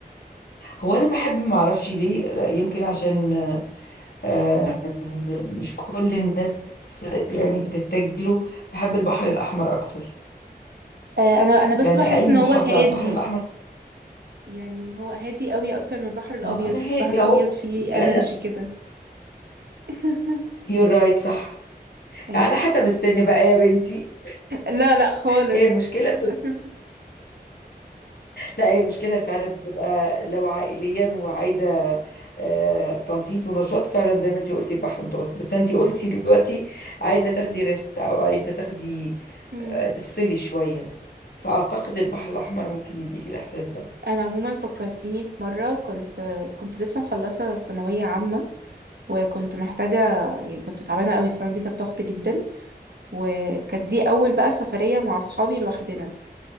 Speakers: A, on the left; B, on the right.
A: هو انا بحب ما اعرفش ليه يمكن عشان آه، مش كل الناس يعني بتتجه له بحب البحر الاحمر اكتر
B: آه انا انا بس
A: يعني
B: بحس
A: اي
B: ان
A: محافظه
B: هو هادي
A: على البحر الاحمر
B: يعني هو هادي قوي اكتر من البحر الابيض
A: ما انا هادي
B: البحر الابيض
A: اهو
B: فيه
A: انا
B: انرجي كده <laughs>
A: يور رايت صح
B: ايوه
A: على حسب السن بقى يا بنتي
B: لا لا خالص
A: هي المشكله
B: <laughs>
A: لا هي المشكلة فعلا بتبقى لو عائليا وعايزة آه، تنطيط ونشاط فعلا زي ما انت قلتي البحر المتوسط بس انت قلتي دلوقتي عايزة تاخدي ريست او عايزة تاخدي
B: مم.
A: آه، تفصلي شوية فأعتقد البحر الأحمر ممكن يديكي الإحساس ده
B: انا عموما فكرتيني في مره كنت كنت لسه مخلصه ثانويه عامه وكنت محتاجة يعني كنت تعبانة قوي السنة دي كانت ضغط جدا وكانت دي أول بقى سفرية مع أصحابي لوحدنا